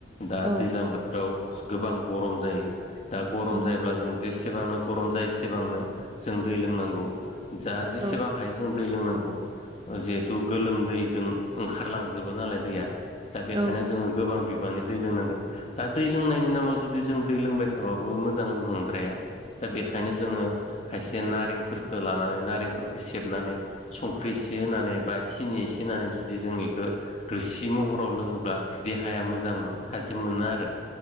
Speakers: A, on the left; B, on the right.
A: दा
B: औ
A: दैज्लां बोथोराव गोबां गरम जायो दा गरम
B: उम
A: जायोब्ला जों जेसे सेबांनो गरम जायो एसेबांनो जों दै लोंनांगौ जा जेसेबां
B: औ
A: हायो जों दै लोंनांगौ जिहेथु गोलोम दैजों ओंखारलांजोबो नालाय दैया दा बेखायनो
B: औ
A: जोङो गोबां बिबांनि दै लोंनांगोन दा दै लोंनायनि नामाव जुदि जों दै लोंबाय थाबाबो मोजां नंद्राया दा बेखायनो जोङो खायसे नारेंफोरखौ लानानै नारेंफोरखौ सेबनानै संख्रि एसे होनानै बा सिनि एसे होनानै जुदि जों बेखौ रोसि महराव लोङोब्ला देहाया मोजां मोनो थाजिम मोनो आरो